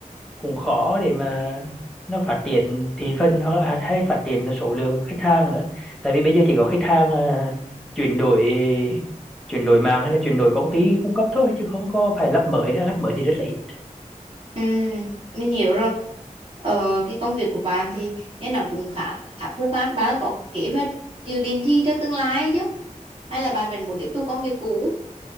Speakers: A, in the centre; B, on the right.
A: cũng khó để mà nó phát triển thị phần hoặc là hay phát triển là số lượng khách hàng nữa tại vì bây giờ chỉ có khách hàng à, chuyển đổi chuyển đổi mạng hay là chuyển đổi công ty cung cấp thôi chứ không có phải lắp mới nữa lắp mới thì rất là ít
B: Ừ, mình hiểu rồi. Ờ, cái công việc của bạn thì nghe nó cũng khá khá thú phản. Bạn có kế hoạch dự định gì cho tương lai chứ? Hay là bạn vẫn muốn tiếp tục công việc cũ?